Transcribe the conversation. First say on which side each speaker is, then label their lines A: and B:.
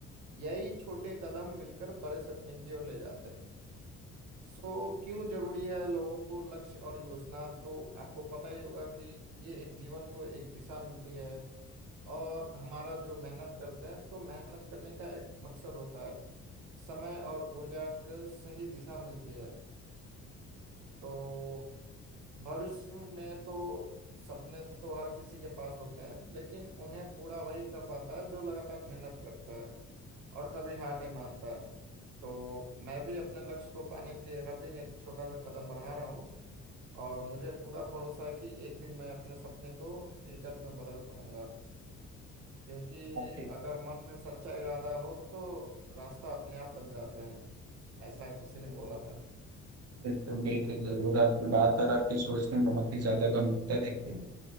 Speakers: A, on the right; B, on the right.
A: यही छोटे कदम मिलकर बड़े सपने की ओर ले जाते हैं सो क्यों जरूरी है लोगों को लक्ष्य और योजना तो आपको पता ही होगा कि ये एक जीवन को एक दिशा मिलती है और हमारा जो मेहनत करते हैं तो मेहनत करने का एक मकसद होता है समय और ऊर्जा का सही दिशा मिलती है तो भविष्य में तो सपने तो हर किसी के पास होते हैं लेकिन उन्हें पूरा वही कर पाता है जो लगातार मेहनत करता है और कभी हार नहीं मानता है तो मैं भी अपने लक्ष्य को पाने के लिए हर दिन एक छोटा सा कदम बढ़ा रहा हूँ और मुझे पूरा भरोसा है कि एक दिन मैं अपने सपने को हकीकत में बदल पाऊंगा क्योंकि
B: आपके
A: अगर मन में सच्चा इरादा हो तो रास्ता अपने आप बन जाते हैं ऐसा किसी ने बोला था
B: बिल्कुल बिल्कुल जरूर आपकी बात और आपकी सोच में बहुत ही ज्यादा गंभीरता दिखती है